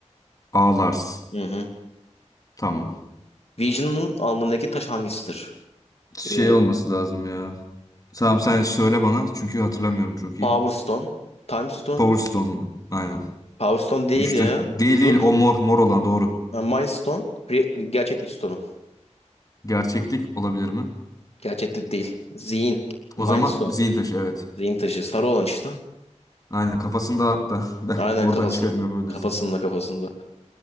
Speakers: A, on the left; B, on the left.
A: A Lars.
B: Hı hı.
A: Tamam.
B: Vision'ın alnındaki taş hangisidir?
A: Şey
B: Ee,
A: olması lazım ya. Tamam sen söyle bana çünkü hatırlamıyorum çok
B: Power
A: iyi.
B: Stone, Time Stone.
A: Power Stone aynen.
B: Power Stone değil
A: Güçte
B: ya.
A: değil
B: Bir Dur.
A: değil o mor mor olan doğru.
B: Ha, Mind Stone, Re- gerçeklik Stone'u.
A: Gerçeklik olabilir mi?
B: Gerçeklik değil. Zihin, Mind
A: O zaman
B: Stone.
A: zihin taşı evet.
B: Zihin taşı. Sarı olan işte.
A: Aynen kafasında hatta <laughs> ben
B: Aynen
A: oradan
B: kafasında.
A: çıkarım yapabilirsin.
B: Kafasında kafasında.